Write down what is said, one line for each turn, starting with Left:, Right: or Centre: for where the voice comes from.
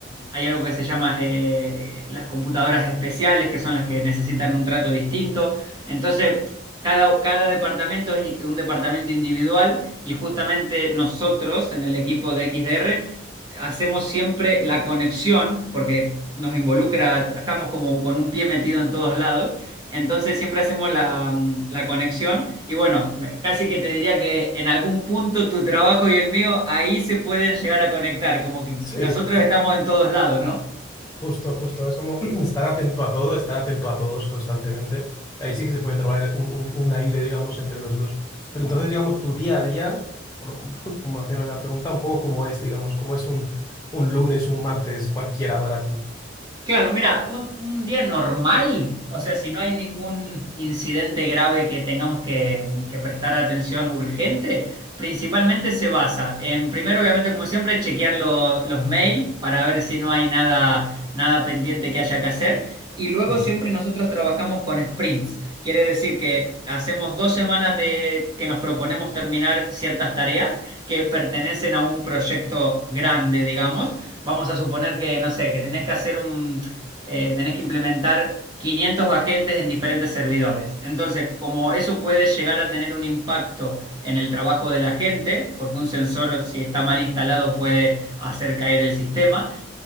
Right: hay algo que se llama eh, las computadoras especiales, que son las que necesitan un trato distinto. Entonces, cada, cada departamento es un departamento individual y justamente nosotros en el equipo de XDR hacemos siempre la conexión porque nos involucra, estamos como con un pie metido en todos lados, entonces siempre hacemos la, mm, la conexión y bueno, me- casi que te diría que en algún punto tu trabajo y el mío ahí se pueden llegar a conectar, como que
Left: Sí,
Right: nosotros estamos en todos lados, ¿no?
Left: justo, justo. Es como <clears throat> estar atento a todo, estar atento a todos constantemente. Ahí sí que se pueden trabajar un, un- un aire, digamos, entre los dos. Pero entonces, digamos, tu día a día, por- <laughs> por- como haciendo la pregunta, un poco cómo es, digamos, cómo es un, un lunes, un martes, cualquiera para ti.
Right: Claro, mira, un, un día normal, o sea, si no hay ningún incidente grave que tengamos que, que prestar atención urgente, principalmente se basa en, primero, obviamente, como siempre, chequear lo- los mails para ver si no hay nada, nada pendiente que haya que hacer. Y luego
Left: Mm,
Right: siempre nosotros trabajamos con sprints. Quiere decir que hacemos dos semanas de que nos proponemos terminar ciertas tareas que pertenecen a un proyecto grande, digamos. Vamos a suponer que, no sé, que tenés que hacer un, eh, tenés que implementar 500 agentes en diferentes servidores. Entonces, como eso puede llegar a tener un impacto en el trabajo de la gente, porque un sensor, si está mal instalado, puede hacer caer el sistema,